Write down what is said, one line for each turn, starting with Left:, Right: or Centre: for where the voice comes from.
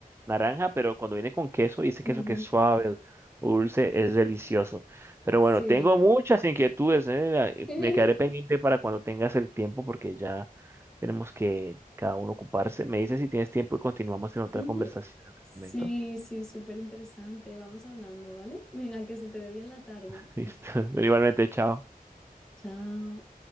Right: naranja, pero cuando viene con queso y ese queso
Centre: ujú.
Right: que es suave, dulce, es delicioso. Pero
Centre: Sí.
Right: bueno, tengo muchas inquietudes, eh,
Centre: <laughs>
Right: eh, Me quedaré pendiente para cuando tengas el tiempo porque ya tenemos que cada uno ocuparse. Me dices si tienes tiempo y continuamos en otra
Centre: Ujú.
Right: conversación en otro
Centre: Sí,
Right: momento.
Centre: sí, súper interesante. Vamos hablando, ¿vale? Venga, que se te dé bien la tarde.
Right: <laughs> Listo.
Centre: <laughs>
Right: Igualmente, chao.
Centre: Chao.